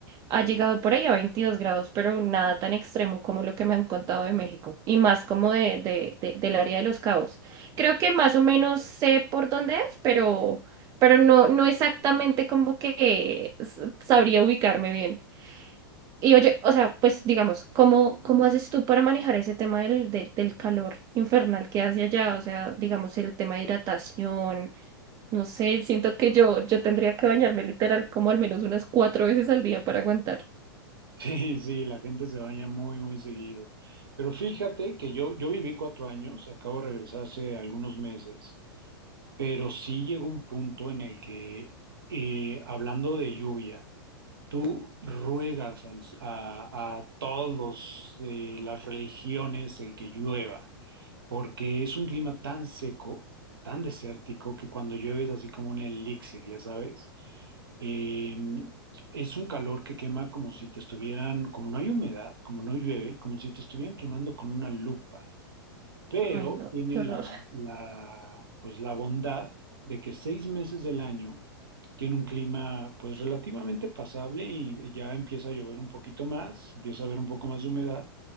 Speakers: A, on the right; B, on the right.
A: ha llegado por ahí a 22 grados, pero nada tan extremo como lo que me han contado de México, y más como de, de, de- del área de Los Cabos. Creo que más o menos sé por dónde es, pero, pero no, no exactamente como que s- sabría ubicarme bien. Y oye, o sea, pues digamos, ¿cómo, cómo haces tú para manejar ese tema del, del, del calor infernal que hace allá? O sea, digamos, el tema de hidratación, no sé, siento que yo, yo tendría que bañarme literal como al menos unas cuatro veces al día para aguantar.
B: Sí, sí, la gente se baña muy, muy seguido. Pero fíjate que yo, yo viví cuatro años, acabo de regresar hace algunos meses, pero sí llegó un punto en el que, eh, hablando de lluvia, tú ruegas al- a, a todos los, eh, las religiones el que llueva, porque es un clima tan seco, tan desértico, que cuando llueve es así como un elixir, ya sabes. Eh, es un calor que quema como si te estuvieran, como no hay humedad, como no llueve, como si te estuvieran quemando con una lupa pero
A: Ay, no,
B: tiene
A: qué
B: la,
A: horror.
B: la, pues, la bondad de que seis meses del año tiene un clima pues relativamente pasable y ya empieza a llover un poquito más, empieza a haber un poco más de humedad